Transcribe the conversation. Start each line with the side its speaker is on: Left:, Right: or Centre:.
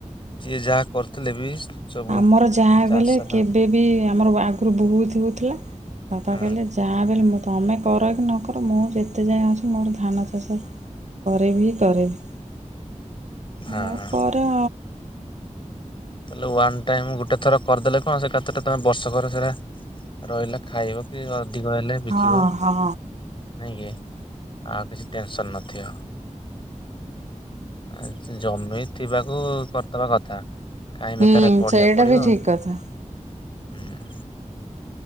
Left: ଯିଏ ଯାହା କରିଥିଲେ ବି ସବୁ
Right: ଆମର ଯାହା
Left: ଚାଷ
Right: ବିଲେ
Left: ଟା
Right: କେବେବି ଆମର ଆଗରୁ ବହୁତ ହଉଥିଲା। ବାପା
Left: ହୁଁ
Right: କହିଲେ ଯାହା ବି ହେଲେ ମୋତ ତୋମେ କର କି ନ କର ମୁଁ ଯେତେ ଯାଏଁ ଅଛି ମୋର ଧାନ ଚାଷ କରିଭି ହିଁ କରିଭି। <unintelligible>
Left: ହଁ
Right: ଆଉ କର।
Left: ତାହେଲେ ୱାନ୍ ଟାଇମ୍ ଗୋଟେ ଥର କରିଦେଲେ କଣ ସେ କାତଟା ତୋମେ ବର୍ଷକର ସେଟା ରହିଲା। ଖାଇବ କି ଅଧିକ ହେଲେ ବିକିବ।
Right: ହଁ ହଁ
Left: ନାଇଁ କି, ଆଉ କିଛି ଟେନସନ୍ ନଥିବ। ଆଉ ସେ ଜମି ଥିବାକୁ କରିଦବା କଥା। କାହିଁ ବେକାରରେ
Right: ହୁଁ
Left: ପଢିଆ
Right: ସେଇଟା
Left: ପଡିବ
Right: ବି ଠିକ କଥା।
Left: ହୁଁ।